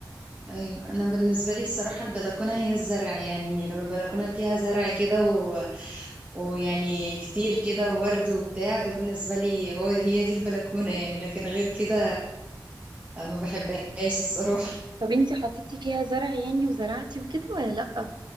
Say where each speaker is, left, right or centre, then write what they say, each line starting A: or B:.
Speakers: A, on the right; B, on the right.
A: ايوه انا بالنسبه لي الصراحه البلكونه هي الزرع يعني لو البلكونه فيها زرع كده و... ويعني كتير كده وورد وبتاع ده بالنسبه لي هو هي دي البلكونه يعني لكن غير كده ما بحبهاش الصراحه
B: طب انتي حطيتي فيها زرع يعني وزرعتي وكده ولا لأ